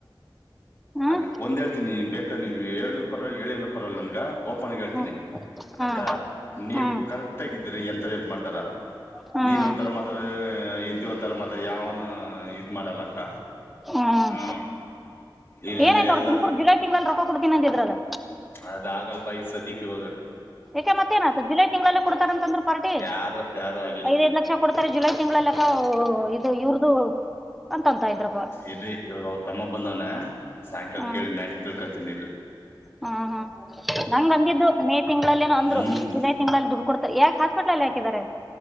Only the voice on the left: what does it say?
ಅ ಒಂದ್ ಹೇಳ್ತೀನಿ ನೀ ಬೇಕ ನೀವು ಹೇಳನ್ರ ಲ್ಲಿ ನನ್ ಓಪನ್ ಹೇಳ್ತಿನನಿ
ಅಕ್ಕ ನೀವು
ಕರೆಕ್ಟ್ ಆಗೀರಿ ಎಂತ ಮಾಡ್ ರ
ನೀನ್ ಒಂತರ ಮಾತ ಇಂತಿ ಒಂತರ ಮಾ ಯಾವನು ಈದು ಮಾಡಾಡಲಕ್ಕ
ಹಾಂ ಇಲ್ಲಿ
ಎಲ್ಲ
ಅದ ಆಗಲ್ ಬೈಸದ ಇವಾಗಾ
ಯಾವ್ದೋ ಯಾವ್ದೋ ಆಗಿಲ್ಲ
ಇದ್ರಿ ಇವಾಗ ಅವ್ರ ತಮ್ಮ ಬಂದವನ ಸಾಯಂಕಾಲ
ಕೇಳಿ ಮ್ಯಾಟ ತಿಳ್ಕೊಂತೀನಿರಿ
ಹ್ಮ್